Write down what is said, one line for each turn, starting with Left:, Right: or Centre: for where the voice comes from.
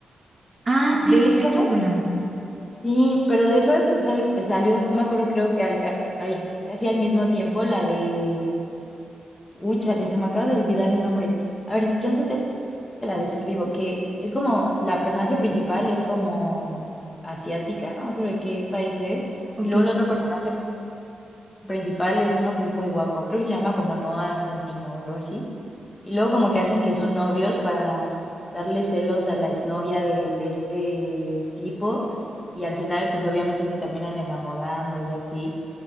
Right: ah, sí,
Left: De
Right: es
Left: esas,
Right: película.
Left: sí, pero de esas, ¿sabes? Salió, me acuerdo, creo que al, ca- ay, casi al mismo tiempo la de. Úchale, se me acaba de olvidar el nombre. A ver, si chance te te la describo, que es como la personaje principal es como asiática, no me acuerdo de qué país es,
Right: Ok.
Left: y luego el otro personaje principal es uno que es muy guapo, creo que se llama como Noah Centino o algo así. Y luego como que hacen que son novios para darle celos a la exnovia del este tipo y al final pues obviamente se terminan enamorando y así,